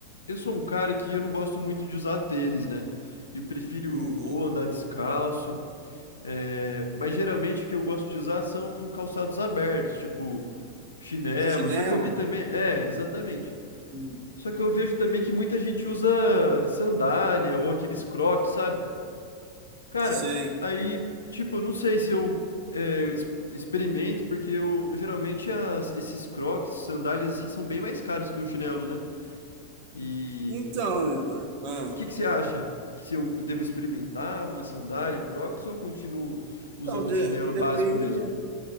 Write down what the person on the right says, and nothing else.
Uhum.
Chinelo?
Hum,
Sei.
Então, Igor. Ah.
Então, de-
depende,